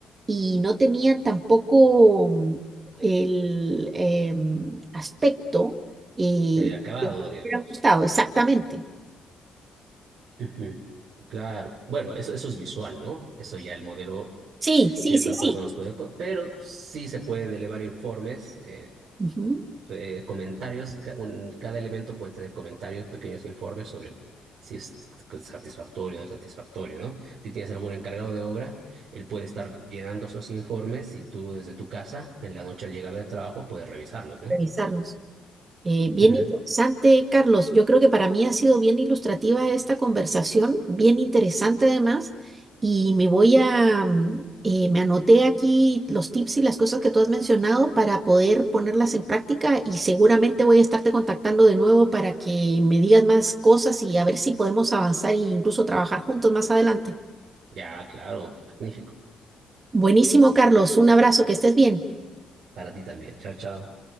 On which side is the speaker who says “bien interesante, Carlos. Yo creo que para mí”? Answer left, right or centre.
Right